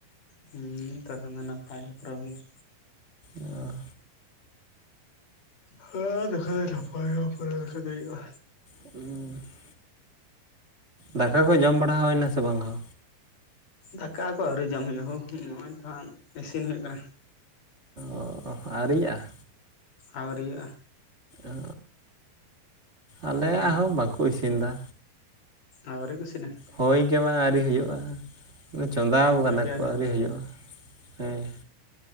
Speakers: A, on the left; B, on the right.
A: ᱦᱩᱸ ᱛᱚᱠᱷᱚᱱ ᱫᱚ ᱱᱟᱯᱟᱭ ᱜᱮ ᱯᱩᱨᱟ. ᱣ ᱦᱩᱭᱩᱜᱼᱟ
B: ᱚᱸ
A: ᱦᱮᱸ ᱫᱮᱠᱷᱟᱡᱟᱭ <unintelligible> ᱜᱮ ᱦᱩᱭᱩᱜᱼᱟ᱾
B: ᱩᱸ ᱫᱟᱠᱟ ᱠᱚ ᱡᱚᱢ ᱵᱟᱲᱟ ᱦᱩᱭᱱᱟ ᱥᱮ ᱵᱟᱝ ᱦᱳ?
A: ᱫᱟᱠᱟ ᱠᱚ ᱟᱹᱣᱨᱤᱩ ᱡᱚᱢ ᱦᱩᱭᱩᱜᱼᱟ ᱦᱳ ᱱᱚᱜᱼᱚᱭ ᱛᱚ ᱦᱟᱸᱜ ᱤᱥᱤᱱ ᱦᱩᱭᱩᱜ ᱠᱟᱱᱟ
B: ᱚᱻ ᱟᱣᱨᱤᱭᱟᱜᱼᱟ?
A: ᱟᱹᱣᱨᱤᱭᱟᱜᱼᱟ᱾
B: ᱟ ᱟᱞᱮᱭᱟᱜ
A: ᱦᱩᱸ
B: ᱦᱚᱸ ᱵᱟᱠᱚ ᱤᱥᱤᱱ ᱫᱟ᱾
A: ᱟᱣᱨᱤ ᱠᱚ ᱤᱥᱤᱱᱟ
B: ᱦᱳᱭ ᱜᱮ ᱵᱟᱝ ᱟᱹᱣᱨᱤ ᱦᱩᱭᱩᱜᱼᱟ, ᱪᱚᱸᱫᱟ ᱠᱟᱫᱟ
A: ᱦᱳᱭ ᱜᱮ
B: ᱠᱚ
A: ᱟᱹᱣᱨᱤ
B: ᱟᱹᱨᱤ ᱦᱩᱭᱩᱜᱼᱟ ᱦᱮᱸ᱾